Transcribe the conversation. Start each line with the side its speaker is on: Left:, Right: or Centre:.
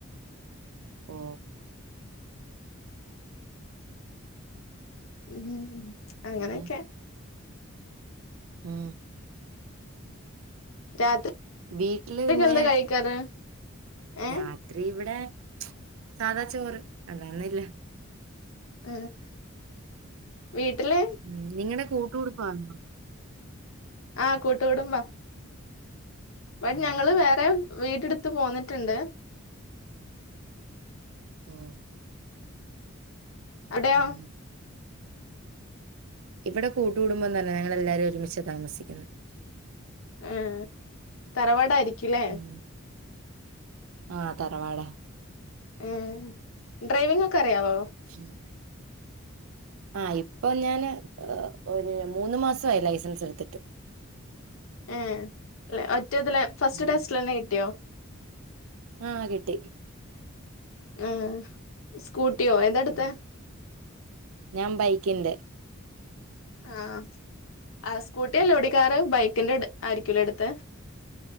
Right: ഓ
Left: ഉം അങ്ങനെയൊക്കെ
Right: പിന്നെ ഉം
Left: രാത്രിക്കെ
Right: വീട്ടില് പിന്നെ
Left: ന്താ കഴിക്കാറ് ഏഹ്
Right: രാത്രി ഇവിടെ സാധാ ചോറ് അല്ലന്നുവില്ല
Left: ഉം വീട്ടില്
Right: ഉം നിങ്ങടെ കൂട്ടു കുടുംബആന്നൊ
Left: ആഹ് കൂട്ടുകൂടുംബ ഇപ്പൊ
Right: ആഹ്
Left: ഞങ്ങള് വേറെ വീടടുത്ത് പോന്നിട്ടുണ്ട്
Right: ഉം
Left: അവിടെയോ
Right: ഉം ഇവിടെ കൂട്ട്കുടുംബം തന്ന ഞങ്ങളെല്ലാവരും ഒരുമിച്ച താമസിക്കുന്ന
Left: ആഹ് തറവാടയിരിക്കൂല്ലേ
Right: ഉം ആഹ് തറവാടാ
Left: ഉം ഡ്രൈവിഗ് ഒക്കെ അറിയാവോ
Right: <inaudible> ആഹ് ഇപ്പൊ ഞാന് ഒരു മൂന്ന് മാസായി ലൈസൻസ് എടുത്തിട്ട്
Left: ഏ അല്ല ഒറ്റ ഇതില് ഫസ്റ്റ്
Right: ഉം
Left: ടെസ്റ്റിലന്നെ കിട്ടിയോ
Right: ആഹ് കിട്ടി
Left: ആഹ് സ്കൂട്ടിയോ ഏതാടുത്തെ
Right: ഉം ഞാൻ ബൈക്കിന്റെ
Left: ആഹ് ആ സ്കൂട്ടില്ലോടികാറ്
Right: ഉം
Left: ബൈക്കിന്റെ ട് ആയിരിക്കൂല്ലേടുത്തെ